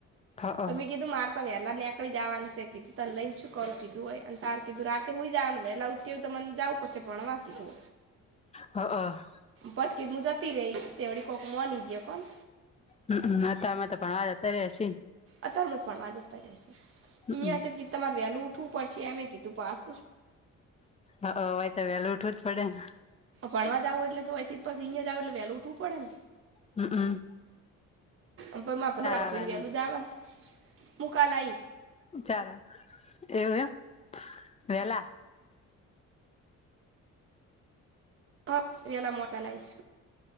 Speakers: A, on the left; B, on the right.
A: હ હ હમમ
B: તમે કીધું માર ત વેલા નીકળી જવાનું સે કીતર લઈને શું કરું કીધું હોય અને તાર કીધું રાતે હોય જવાનું વેલા. એવું તો મને જાવું પડશે ભણવા તો.
A: અ અ.
B: બસ ક‌ઇ હું જતી રહીશ તે વળી કોક માની જ કોણ.
A: હમમ અતમાં તો પણ હતારે હશે.
B: અતમત પણ વાતા
A: હમમ
B: યા અ <unintelligible> ગી. તમારે વેલું ઉઠવું પડશે એમે કીધું પાસ.
A: હ તો વહેલું ઉઠવું જ પડે ને.
B: ભણવા જાવું હોય તો એટલે તોથી પી અહીંયા જવ એટલે વહેલું ઉઠું પડે.
A: હમ હમ.
B: મ પ માપ
A: આવાનું
B: વેલું જવા હું કાલ આ આવીશ.
A: ચાર એવું એમ વેલા
B: હ વેલા મોટા લાઇસ